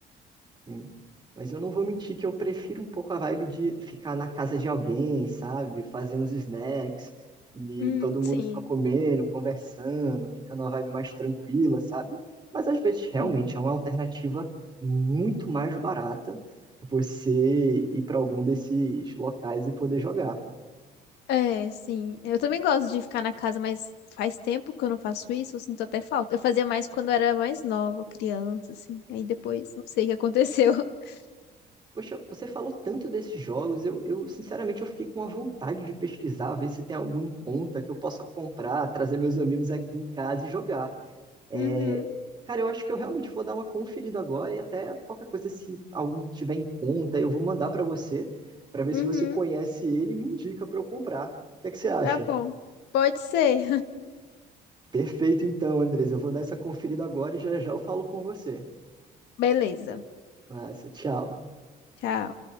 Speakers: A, on the right; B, on the left.
A: Sim. Mas eu não vou mentir que eu prefiro um pouco a vibe de ficar na casa de alguém, sabe? Fazer uns snacks e
B: Hum,
A: todo mundo
B: sim,
A: fica comendo, conversando, fica numa vibe mais tranquila, sabe? Mas às vezes realmente
B: sim.
A: é uma alternativa muito mais barata você ir para algum desses locais e poder jogar.
B: É, sim. Eu também gosto de ficar na casa, mas faz tempo que eu não faço isso, eu sinto até falta. Eu fazia mais quando eu era mais nova, criança, assim. Aí depois, não sei o que aconteceu. <laughs>
A: Poxa, você falou tanto desses jogos, eu, eu sinceramente eu fiquei com a vontade de pesquisar, ver se tem algum em conta que eu possa comprar, trazer meus amigos aqui em casa e jogar. É,
B: Uhum,
A: cara, eu acho que eu realmente vou dar uma conferida agora e até qualquer coisa, se algum tiver em conta, eu vou mandar para você, para ver
B: uhum,
A: se você conhece ele e me indica para eu comprar. O que é que você acha?
B: tá bom. Pode ser.
A: Perfeito, então, Andres. Eu vou dar essa conferida agora e já já eu falo com você.
B: <laughs> Beleza.
A: Massa, tchau.
B: Tchau.